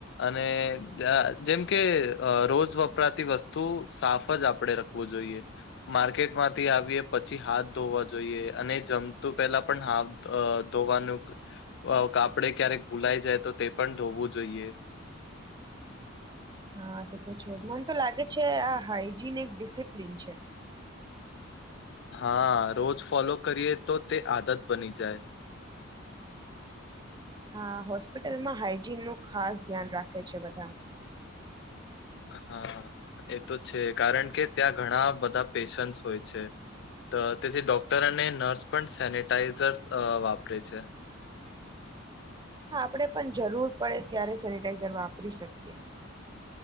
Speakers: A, on the left (about 60°); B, on the right (about 20°).
A: અને <unintelligible> જેમ કે રોજ વપરાતી વસ્તુ સાફ <unintelligible> જ આપડણે રખવું જોઈએ. માર્કેટમાંથી આવીએ પછી હાથ ધોવા જોઈએ અને જમતું પેલા પણ હાથ‌ અ ધોવાનું કાપડે ક્યારેક ભૂલાઈ જાય તો તે પણ ધોવું જોઈએ.
B: હા તે તો છે મને તો લાગે છે આ હાઈજીન એક ડિસિપ્લીન છે.
A: હા રોજ ફોલો કરીએ તો તે આદત બની જાય.
B: હા હોસ્પિટલમાં હાઈજીન નું ખાસ ધ્યાન રાખે છે બધા.
A: હા એ તો છે કારણ કે ત્યાં ઘણા બધા પેશન્સ હોય છે. ત તેથી ડોક્ટર અને નર્સ પણ સેનટાઈઝર અ વાપરે છે.
B: હા આપણે પણ જરૂર પડે ત્યારે સેનિટાઈઝર વાપરી શકીએ.